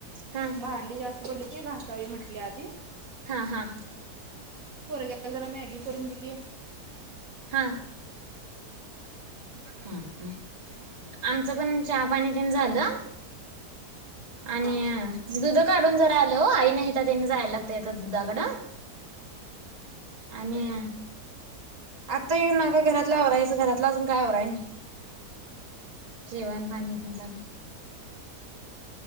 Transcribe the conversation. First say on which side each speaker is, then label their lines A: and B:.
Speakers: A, on the right; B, on the right.
A: हा
B: भांडी जास्त पडली ती घासावी म्हटले आधी
A: हा हा
B: पोरग्याला जरा मॅगी करून दिलीय
A: हा हम हम आमचं पण चहा पाणी तेन झालं
B: हा
A: आणि दुध काढून झा आलो आई नाही तर त्यांनी जायला लागतय दुधाकडं आणि आता येऊन आता घरातला आवरायचं घरातला अजून काय आवराय नाही जेवण पाणीे ते चालू